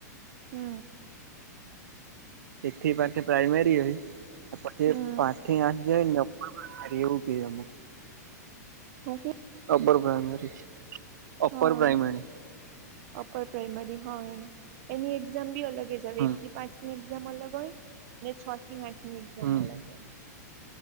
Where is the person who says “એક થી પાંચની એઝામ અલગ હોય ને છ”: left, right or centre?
Right